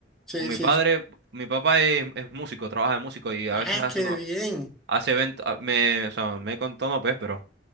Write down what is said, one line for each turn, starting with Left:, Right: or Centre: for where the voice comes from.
Centre: sí,
Right: Con mi
Centre: sí,
Right: padre, mi papá es, es músico, trabaja de músico y a
Centre: ah,
Right: veces hace
Centre: qué
Right: unos,
Centre: bien,
Right: hace eventos, me, o sea, me contó no pues, pero